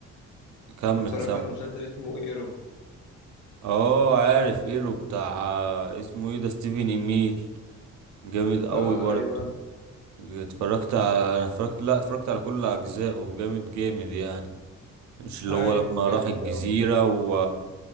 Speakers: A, on the right; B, on the left.
A: كمل
B: اتفرجت
A: سامع
B: على مسلسل اسمه ايرو
A: اه عارف ايرو بتاع اسمه ايه ده ستيفن ايميل جامد قوي
B: آه
A: برضه
B: ايوه
A: اتفرجت على انا اتفرجت لا اتفرجت على كل اجزائه جامد جامد يعني مش اللي
B: ايوه
A: هو لما
B: جامد
A: راح الجزيرة
B: قوي
A: و